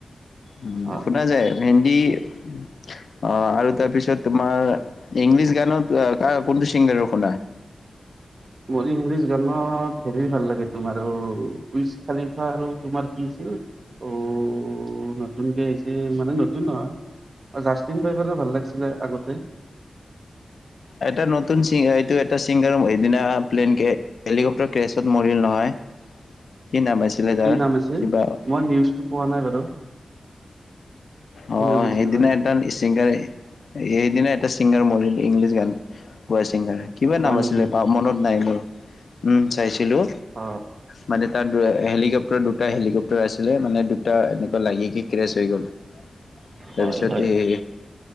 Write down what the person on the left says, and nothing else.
উ
সোধা যায় ভেন্দি <inaudible> অ আৰু তাৰপিছত ত তোমাৰ ইংলিছ গানত আ ক কোনটো ছিংগাৰৰ শুনা
এটা নতুন ছিং এ এইটো এটা ছিংগাৰ সেদিনা প্লেনকে হেলিকপ্টাৰ কেছত মৰিল নহয় কি নাম আছিলে তাৰ
কিবা অ
অ
সেইদিনা
এদান ছিংগাৰে এইদিনা এটা ছিংগাৰ মৰিল ইংলিছ গান গোৱা ছিংগাৰ কিবা
নাম
আছিলে তাৰ মনত নাই মোৰ উম চাইছো দিলো
মানে তাৰ দো হেলিকপ্টাৰ দুখন এটা হেলিকপ্টাৰ আছিলে মানে দুটা এনেকুৱা লাগি কিনি কেচ হৈ তাৰপিছত
এই